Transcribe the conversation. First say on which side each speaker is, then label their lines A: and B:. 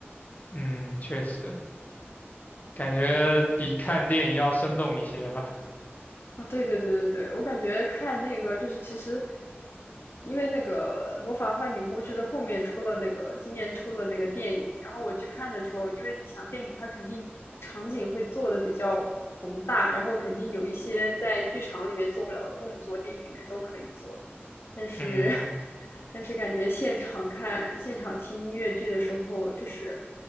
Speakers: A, on the left; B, on the left.
A: 嗯，确实，感觉比看电影要生动一些吧。
B: 啊，对对对对对，我感觉看那个就是其实，因为那个《魔法坏女巫》就是后面出了那个今年出了那个电影，然后我去看的时候，因为你想电影它肯定场景会做的比较宏大，然后肯定有一些在剧场里面做不了的动作，电影里面都可以做，但是
A: 嗯
B: <laughs> 但是感觉现场看现场听音乐剧的时候，就是